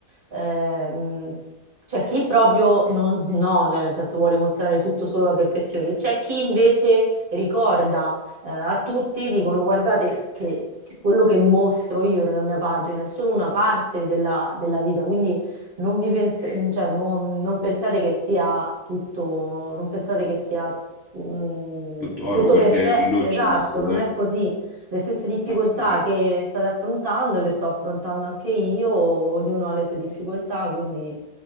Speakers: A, on the right; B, on the left.
A: ehm, c'è chi proprio non, no, cioè nel senso vuole mostrare tutto solo la perfezione, c'è chi invece ricorda eh, a tutti, dicono guardate che, che quello che mostro io nella mia pagina è solo una parte della, della vita, quindi non vi pens- cioè, non, non pensate che sia tutto, non pensate che sia mm,
B: più toro
A: tutto
B: quel
A: perfetto,
B: che luccica,
A: esatto,
B: assolutamente,
A: non è così. Le stesse difficoltà
B: assolutamente.
A: che state affrontando le sto affrontando anche io, ognuno ha le sue difficoltà, quindi...